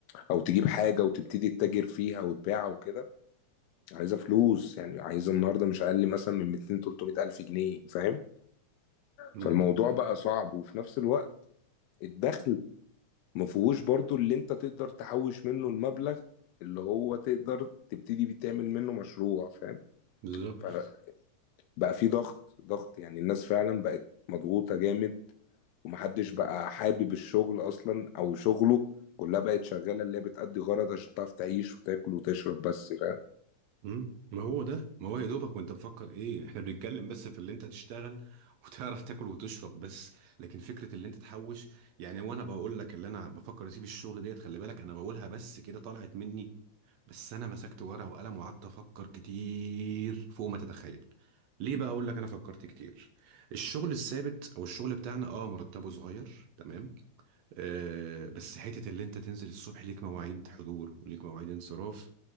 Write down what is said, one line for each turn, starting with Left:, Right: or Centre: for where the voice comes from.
Left: او تجيب حاجه وتبتدي تتاجر فيها وتبيعها وكده عايزه فلوس يعني عايزه النهارده مش اقل مثلا من 200 300 الف جنيه فاهم
Right: امم
Left: فالموضوع بقى صعب وفي نفس الوقت الدخل ما فيهوش برضو اللي انت تقدر تحوش منه المبلغ اللي هو تقدر تبتدي بيه تعمل منه مشروع فاهم
Right: بالظبط
Left: فبقى في ضغط ضغط يعني الناس فعلا بقت مضغوطه جامد ومحدش بقى حابب الشغل أصلا أو شغله كلها بقت شغالة اللي هي بتأدي غرض عشان تعرف تعيش وتاكل وتشرب بس فاهم
Right: مم. ما هو ده ما هو يا دوبك وانت مفكر ايه احنا بنتكلم بس في اللي انت تشتغل <laughs> وتعرف تاكل وتشرب بس لكن فكره اللي انت تحوش يعني وانا بقول لك اللي انا بفكر اسيب الشغل ديت خلي بالك انا بقولها بس كده طلعت مني بس انا مسكت ورقه وقلم وقعدت افكر كتير فوق ما تتخيل ليه بقى اقول لك انا فكرت كتير الشغل الثابت او الشغل بتاعنا اه مرتبه صغير تمام آه، بس حتة اللي انت تنزل الصبح ليك مواعيد حضور وليك مواعيد انصراف